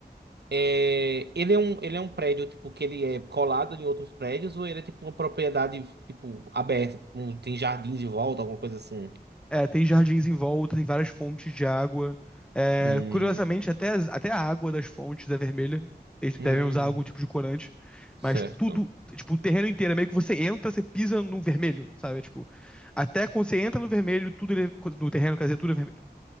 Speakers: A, on the right; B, in the centre.
A: É, ele é um, ele é um prédio, tipo, que ele é colado em outros prédios, ou ele é tipo uma propriedade, tipo, aberta, tipo, um- tem jardins de volta, alguma coisa assim.
B: É, tem jardins em volta, tem várias fontes de água. É,
A: Hum,
B: curiosamente, até, as- até a água das fontes é vermelha. Eles devem
A: hum,
B: usar algum tipo de corante.
A: certo.
B: Mas tudo, tipo, o terreno inteiro, é meio que você entra, você pisa no vermelho, sabe? Tipo, até quando você entra no vermelho, tudo ele- no terreno, quer dizer, tudo é vermelho.